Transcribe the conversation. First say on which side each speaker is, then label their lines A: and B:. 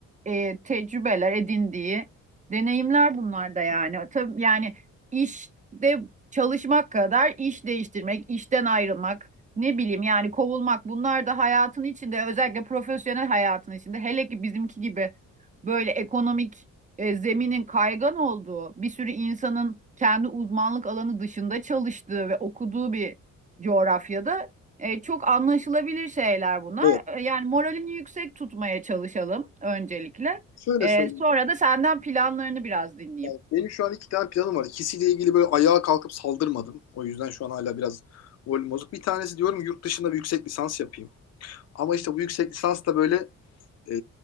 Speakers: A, on the right; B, on the left.
A: e, tecrübeler, edindiği deneyimler bunlar da yani. Tabii yani işte çalışmak kadar iş değiştirmek, işten ayrılmak, ne bileyim yani kovulmak bunlar da hayatın içinde özellikle profesyonel hayatın içinde hele ki bizimki gibi böyle ekonomik e, zeminin kaygan olduğu bir sürü insanın kendi uzmanlık alanı dışında çalıştığı ve okuduğu bir coğrafyada e, çok anlaşılabilir şeyler bunlar.
B: Evet
A: E, yani moralini yüksek tutmaya çalışalım öncelikle.
B: şöyle
A: E,
B: söyleyeyim.
A: sonra da senden planlarını biraz dinleyeyim.
B: Yani benim şu an iki tane planım var. İkisiyle ilgili böyle ayağa kalkıp saldırmadım. O yüzden şu an hala biraz moralim bozuk. Bir tanesi diyorum yurt dışında bir yüksek lisans yapayım. Ama işte bu yüksek lisans da böyle E,